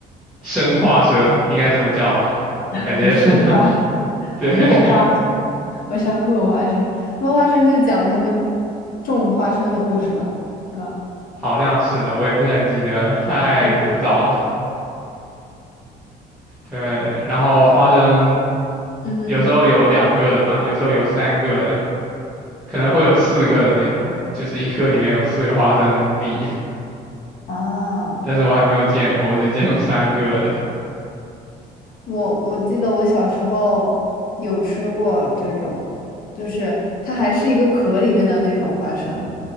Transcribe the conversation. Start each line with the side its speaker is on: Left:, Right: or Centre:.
Centre: 生花生，应该这么叫吗？
Left: <laughs>。
Centre: 感觉
Left: 生花。生。
Centre: <laughs> 对，
Left: 落花生，<laughs> 我想道落花生，落花生就讲他们种花生的故事吧，是吧？
Centre: 好像是的，我也不太记得了，太古早了。
Left: 嗯，
Centre: 对，然后花生
Left: 嗯
Centre: 有时候有两个的吧，有时候有三个的，可能会有四个的那种，就是一颗里面有四个花生粒，
Left: 啊，
Centre: 但是我还没有见过，我只见过三个的。
Left: 我我记得我小时候有吃过这种，就是它还是一个壳里面的那种花生。